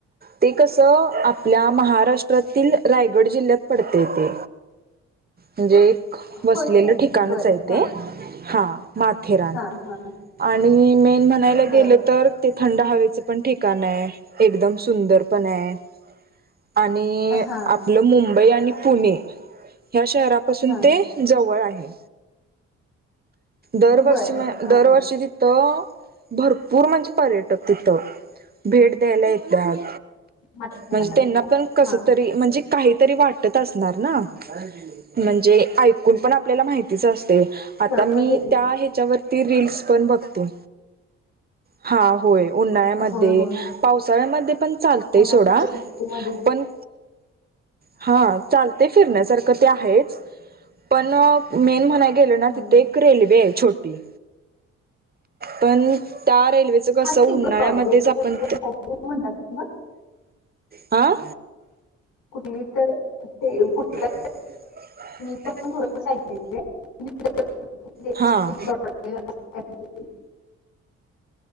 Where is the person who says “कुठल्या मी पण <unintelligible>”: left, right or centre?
Left